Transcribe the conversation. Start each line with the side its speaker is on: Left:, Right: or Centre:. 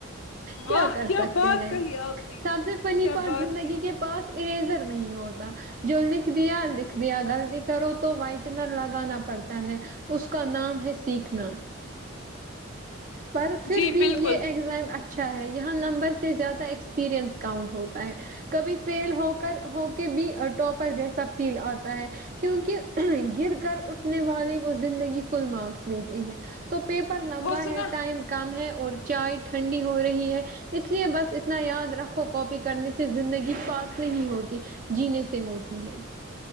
Left: واہ
Right: کیا کر سکتے
Left: بات
Right: ہیں
Left: کہی آپ نے
Right: سب سے فنی
Left: کیا
Right: پارٹ
Left: بات
Right: زندگی
Left: کہی
Right: کے پاس اریزر نہیں ہوتا جو لکھ دیا لکھ دیا غلطی کرو تو وائٹنر لگانا پڑتا ہے اس کا نام ہے سیکھنا پر پھر
Left: جی
Right: بھی
Left: بالکل
Right: یہ ایگزام اچھا ہے یہاں نمبر سے زیادہ ایکسپریئنس کاؤنٹ ہوتا ہے کبھی فیل ہو کر ہو کے بھی ٹاپر جیسا فیل آتا ہے کیونکہ گر کر اٹھنے والے زندگی فل مارکس دیتی ہے تو تو پیپر لمبا
Left: وہ سنا
Right: ہے ٹائم کم ہے اور چائے ٹھنڈی ہو رہی ہے اس لیے بس اتنا یاد رکھو کاپی کرنے سے زندگی پاس نہیں ہوتی جینے سے ہوتی ہے